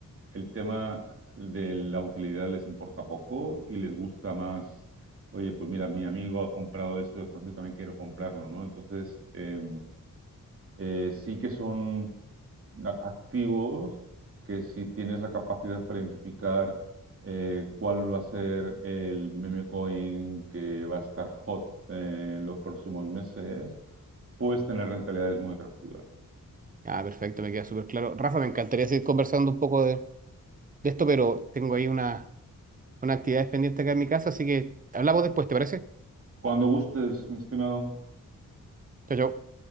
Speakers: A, on the right; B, on the right.
A: el tema de la utilidad les importa poco y les gusta más, oye, pues mira, mi amigo ha comprado esto, yo también quiero comprarlo, ¿no? Entonces, eh, eh, sí que son la- activos, que si tienes la capacidad para identificar eh, cuál va a ser el meme coin que va a estar hot eh, en los próximos meses, puedes tener rentabilidades muy atractivas.
B: Ah, perfecto, me queda súper claro. Rafa, me encantaría seguir conversando un poco de, de esto, pero tengo ahí una, una actividad pendiente acá en mi casa, así que hablamos después, ¿te parece?
A: Cuando gustes, mi estimado.
B: Chao, chao.